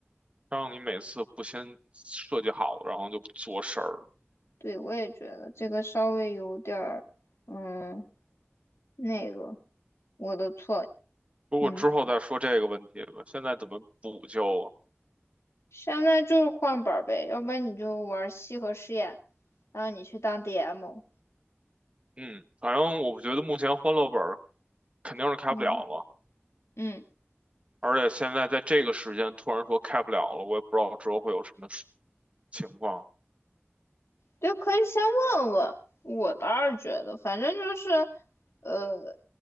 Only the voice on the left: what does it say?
对，我也觉得这个稍微有点儿，嗯，那个，我的错，
嗯。
现在就是换本儿呗，要不然你就玩西河试验，然后你去当 DM。
嗯嗯，
就可以先问问。我倒是觉得，反正就是，呃，